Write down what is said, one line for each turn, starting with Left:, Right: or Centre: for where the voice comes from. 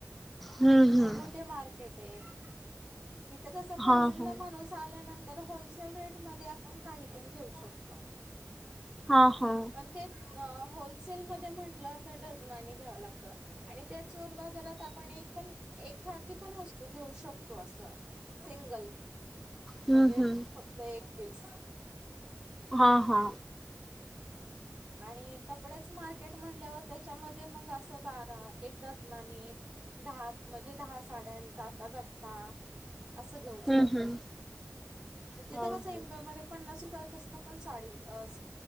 Centre: हम्म
Right: मोठे मार्क इथं कस पहिल्यांदा
Centre: हा हा
Right: माणूस आल्यानंतर तर होलसेल रेटमध्ये आपण काही पण घेऊ शकतो.
Centre: हा हा
Right: पण ते होलसेलमध्ये म्हटलं तर डझनाने घ्यावं लागतं. आणि त्या चोर बाजारात आपण एक पण एखादी पण वस्तू घेऊ शकतो असं सिंगल
Centre: हम्म
Right: म्हणजे
Centre: हम्म
Right: फक्त एक पीस
Centre: हा हा
Right: आणि कपडेच मार्केट म्हणल्यावर त्याच्यामध्ये मग असं बारा एक डजनानी दहा म्हणजे दहा साड्यांचा असा घट्टा. असं घेऊ
Centre: हम्म
Right: शकतो?
Centre: हम्म
Right: मग तिथं
Centre: हा हा
Right: कसं इंदोरमध्येध्ये पन्नास रुपये पासून पण साडी स्